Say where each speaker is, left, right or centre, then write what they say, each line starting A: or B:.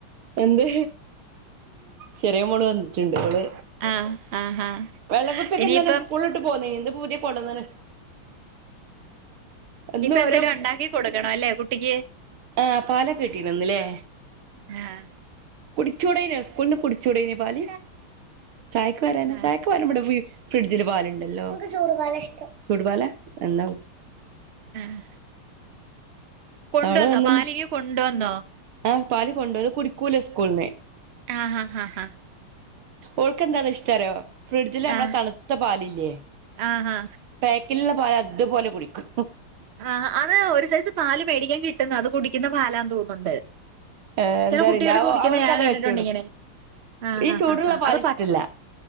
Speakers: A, on the right; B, on the right.
A: എന്ത് ചെറിയ മോള് വന്നിട്ടുണ്ട് അവള്
B: ആഹ് ആഹ് ആഹ്
A: വെള്ളംകുപ്പിയൊക്കെ
B: ഇനിയിപ്പം
A: ഇന്നലെ സ്കൂൾ ട്ട്പോന്ന് ഇന്ന്പ്പ പുതിയ കൊണ്ടന്ന്
B: ഇനിയിപ്പ
A: എന്നും ഓരോ
B: എന്തേലും ഉണ്ടാക്കി കൊടുക്കണ അല്ലേ കുട്ടിക്ക്
A: ആഹ് പാലകിട്ടിന്നന്ന് ല്ലേ
B: ആഹ്
A: കുടിചൂടെയിന്നോ കുടിക്കൂടായിന്ന പാൽ ചായക്ക് വരാനാ
B: ആഹ്
A: ചായക്ക് ടെ ഫ്രിഡ്ജില് പാലുണ്ടല്ലോ ചൂട് പാലാഷ്ടം ചൂട്പാല എന്നാ
B: അഹ് കൊണ്ടുവന്നോ
A: അവള് വന്നിണ്ട്
B: പാല് ഈ കൊണ്ടുവന്നോ
A: ആ പാൽ കൊണ്ട് പോന്ന് കുടിക്കൂല സ്കൂളിന്ന്
B: ആഹ്ഹാ ഹാ
A: ഓൾക്കെന്താ ഇഷ്ടാറിയോ ഫ്രിഡ്ജിൽ നമ്മളെ
B: ആഹ്
A: തണുത്ത പാലില്ലേ.
B: ആഹ് ആഹാ
A: പാക്കിലുള്ള പാൽ അതുപോലെ കുടിക്കും
B: ആ അത് ഒരു സൈസ് പാല് മേടിക്കാൻ കിട്ടുന്നു അത് കുടിക്കുന്ന പാലാന്ന് തോന്നുന്നുണ്ട്
A: ഏ എന്താറിയില്ല
B: ചില കുട്ടികള് കുടിക്കുന്ന
A: അവൾക്കതേ
B: ഞാൻ കണ്ടിട്ടുണ്ട്
A: പറ്റുള്ളു
B: ഇങ്ങനെ ആഹ്
A: ഈ
B: ആഹ്
A: ചൂടുള്ള
B: ആഹ് ആഹ്
A: പാൽ
B: അത്
A: ഇഷ്ടല്ല
B: പച്ച